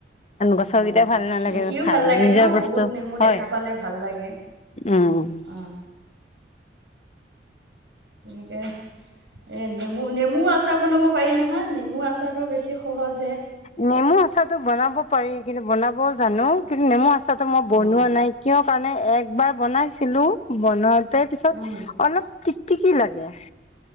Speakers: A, on the left; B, on the right.
A: গছৰ
B: অ
A: কেইটাই ভাল নালাগে
B: দেখিও
A: খাই।
B: ভাল লাগে
A: নিজৰ
B: ন
A: বস্তু
B: বহুত নেমু
A: হয়
B: দেখা পালে ভাল লাগে
A: উম
B: অ তেনেকে এ নেমু নেমু আছে আচাৰ বনাব পাৰি নহয়। নেমু আচাৰ টো বেছি সহজ হে।
A: নেমু আচাৰটো বনাব পাৰি। কিন্তু বনাবও জানো। কিন্তু নেমু আচাৰ তো মই বনোৱা
B: অ
A: নাই। কিয় কাৰণে একবাৰ বনাইছিলো বনোৱা তাৰ পিছত
B: উম
A: অলপ টিকটিকি লাগে।